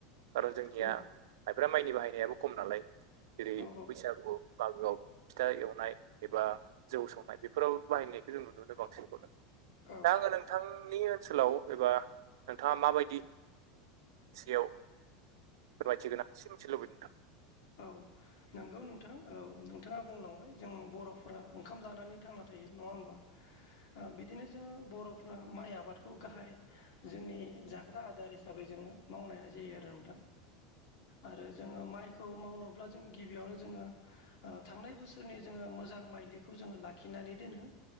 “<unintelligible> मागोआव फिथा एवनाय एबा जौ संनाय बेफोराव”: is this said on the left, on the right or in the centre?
Right